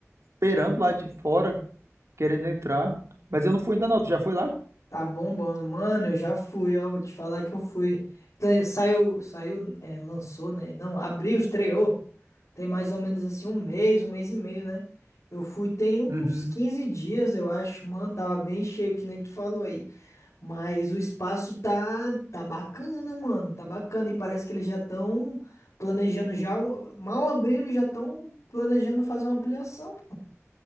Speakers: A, on the right; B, on the left.
A: esperando lá de fora. querendo entrar. Mas eu não fui ainda não, tu já foi lá?
B: tá bombando. Mano, eu já fui, ó. Vou te falar que eu fui. Sa- Saiu, saiu, é, lançou, né? Não, abriu, estreou. Tem mais ou menos assim um mês, um mês e meio, né? Eu fui tem uns
A: Uhum.
B: 15 dias, eu acho. Mano, tava bem cheio, que nem tu falou aí. Mas o espaço tá, tá bacana, mano. Tá bacana. E parece que eles já estão planejando já. um- Mal abrindo, já estão planejando fazer uma ampliação, pô.